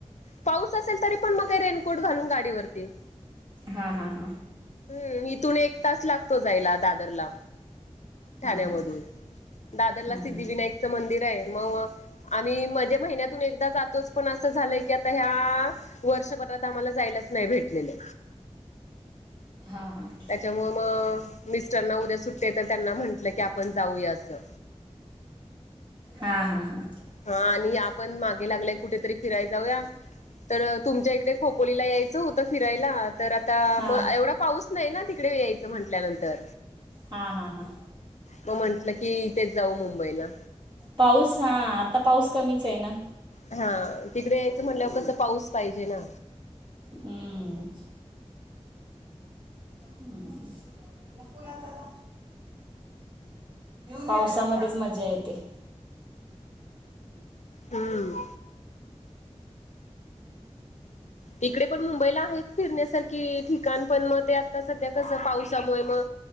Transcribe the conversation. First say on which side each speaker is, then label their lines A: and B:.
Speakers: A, on the left (about 75°); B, on the right (about 40°).
A: पाऊस असेल तरी पण मग काही रेनकोट घालून गाडीवरती
B: हा हा हा
A: हम्म इथून एक तास लागतो जायला दादरला
B: हां
A: ठाण्यामधून
B: हां
A: दादरला
B: हम्म.
A: सिद्धिविनायकचं मंदिर आहे मग आम्ही म्हणजे महिन्यातून एकदा जातोच पण असं झालंय की आता ह्या वर्षभात आम्हाला जायलाच नाही भेटलेलं
B: हां हां
A: त्याच्यामुळे मग मिस्टरना उद्या सुट्टी आहे तर त्यांना म्हंटलं की आपण जाऊया असं
B: हा हा हा
A: हा आणि या पण मागे लागल्याय कुठेतरी फिराय जाऊया तर तुमच्या इकडे खोपोलीला यायचं होतं फिरायला तर आता
B: हां
A: मग एवढा पाऊस नाही ना तिकडे या असं म्हटल्यानंतर
B: हा हा हा
A: मग म्हंटलं कीथेच जाऊ मुंबईला
B: पाऊस हा आता पाऊस कमीच आहे ना
A: हा तिकडे यायचं म्हणल्यावर कसं पाऊस पाहिजे ना
B: हम्म हम्म पुन्हा झाला. पावसामध्येच मज्जा येते. ्
A: हम्म तिकडे पण मुंबईला आहे फिरण्यासारखी ठिकाण पण मग त्या आता सध्या कसं पावसामुळे मग